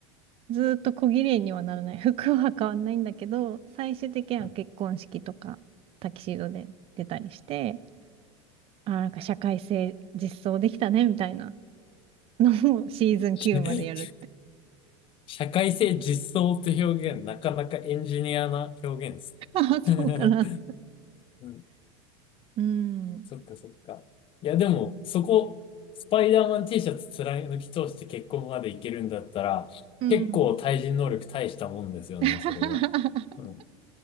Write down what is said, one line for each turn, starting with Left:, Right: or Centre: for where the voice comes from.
Right: ずっと小綺麗にはならない。<laughs> 服は変わんないんだけど、最終的には結婚式とかタキシードで出たりして、
Left: う。うん
Right: あー、なんか社会性実装できたねみたいなのを <laughs> シーズン9までやるって。
Left: <laughs> 社会性実装って表現、なかなかエンジニアな表現です。
Right: <laughs> ああ、そうかな。
Left: <laughs> うん、
Right: うん。
Left: そっかそっか。いや、でも、そこ、スパイダーマン T シャツ貫き通して結婚までいけるんだったら、
Right: うん。
Left: 結構対人能力大したもんですよね、
Right: <laughs>
Left: それは。うん。